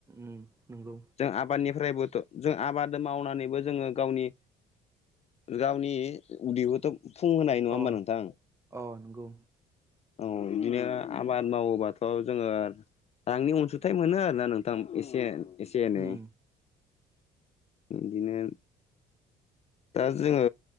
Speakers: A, on the right; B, on the left.
A: उ नोंगौ।
B: जों आबादनिफ्रायबोथ' जों आबाद मावनानैबो जोङो गावनि गावनि उदैखौथ' फुं होनाय नङा
A: अ
B: होमबा नोंथां
A: अ नोंगौ।
B: औ बिदिनो आबाद मावोबाथ' जोङो रांनि अनसुंथाइ मोनो आरोना नोंथां एसे एसे एनै
A: उम
B: इनदिनो दा जोङो